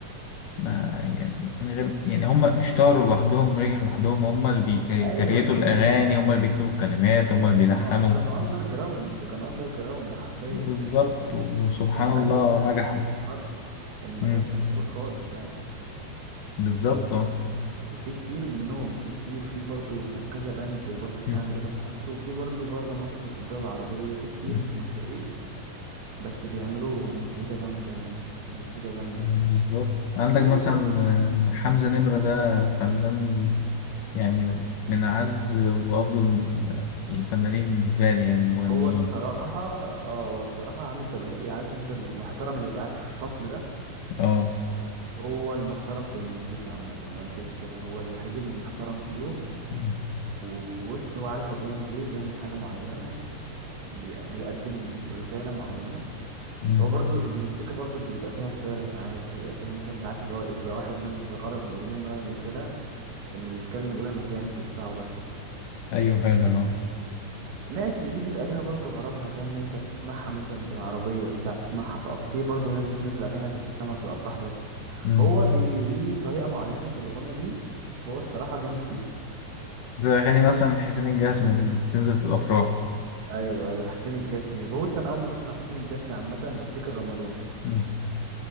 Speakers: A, on the left; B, on the right.
A: ما يعني من غير يعني هم اشتهروا لوحدهم ورجعوا لوحدهم هم اللي بيكريتوا
B: ايوه ايوه
A: الأغاني
B: ايوه
A: هم اللي بيكتبوا الكلمات هم اللي بيلحنوا
B: كانوا كانوا أندر جراوند كانوا أندر جراوند حرفيا
A: بالظبط
B: كانت كان
A: وسبحان
B: كان كان
A: الله
B: باند ما
A: نجحوا
B: ما اتشهرش كان ما
A: مم.
B: كانش مشهور خالص يعني
A: بالظبط اه
B: وفي كتير منهم في كتير في برضو كذا بند برضو في
A: مم.
B: عندنا في مصر وفي برضو بره مصر وفي الدول العربية في كتير
A: مم.
B: مش مشهورين بس بيعملوا مزيكا جامدة يعني مزيكا جامدة
A: بالظبط عندك مثلا
B: وبرضو
A: آه، حمزة نمرة ده فنان يعني من أعز وأفضل الفنانين بالنسبة لي يعني المغنيين
B: هو الصراحة اه هو الصراحة عامل شبه ايه عارف انت المحترم اللي بيبقى قاعد في الفصل ده
A: اه
B: هو المحترم في المزيكا عامة انا شايف كده هو الوحيد المحترم فيهم
A: مم.
B: وبص هو عارف هو بيعمل ايه بيعمل حاجة معينة بي- بيقدم رسالة معينة
A: مم.
B: هو برضو المزيكا برضو بيبقى فيها رسالة ساعات بيبقى فيها مثلا ساعات اللي هو ايه بيبقى واحد منزل الغرض من الأغنية ان هو ينزلها انه يتكلم يقول انا جامد وبتاع وبس
A: أيوه فعلا
B: ماشي دي بيبقى ليها برضو غرضها فاهم انت بتسمعها مثلا في العربية بتاع بتسمعها في أف... في برضو ناس بتنزل أغاني عشان تسمع في الأفراح بس
A: اه
B: هو بي... ليه طريقة معينة في الغنى دي هو الصراحة جامد فيها
A: زي أغاني مثلا حسين الجسمي اللي بتنزل في الأفراح
B: ايوه ايوه حسين الجسمي بص انا اول ما بسمع حسين الجسمي عامة بفتكر رمضان
A: مم.